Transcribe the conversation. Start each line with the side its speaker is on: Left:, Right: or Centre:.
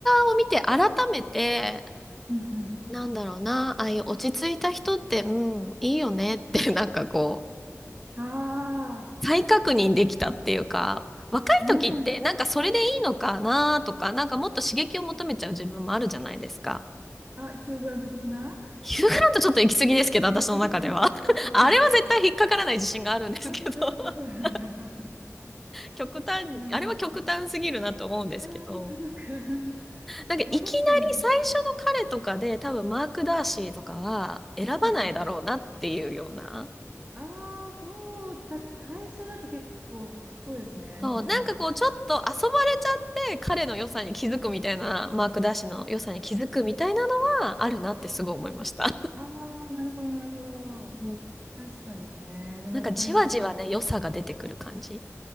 Centre: 画を見て改めて、
Right: うんうん。
Centre: なんだろうな、ああいう落ち着いた人って、うん、いいよねって、<laughs> なんかこ
Right: ああ、
Centre: う、再確認できたっていうか、若い時ってなんかそれでいいのかなとか、
Right: ねえ。
Centre: なんかもっと刺激を求めちゃう自分もあるじゃないですか。
Right: あ、ヒュー・グラント的なあ、
Centre: ヒューガラントちょっと行き過ぎですけど、私の中では。
Right: そうですか。
Centre: <laughs> あれは絶対引っかからない自信があるんですけど、
Right: あ、そっかそっか、
Centre: <laughs>
Right: そうなんだ。
Centre: 極端、
Right: なるほど。
Centre: あれは極端すぎるなと思うんですけど。
Right: あ、そっかそっか。
Centre: なんかいきなり最初の彼とかで多分マーク・
Right: まあ確かに。
Centre: ダーシーとかは選ばないだろうなっていうような。
Right: うんうん。ああ、そう、確か対象だと結構、そうですね。
Centre: そう、
Right: うんうん。
Centre: なんかこうちょっと遊ばれちゃって彼の良さに気づくみたいな、マーク・ダーシーの良さに気づくみたいなのはあるなってすごい思いました。
Right: ああ、なるほど、なるほど。
Centre: うん、
Right: 確かにね。
Centre: <laughs>
Right: でもやっぱりなんか、
Centre: なんかじわじわね、良さが出てくる感じ。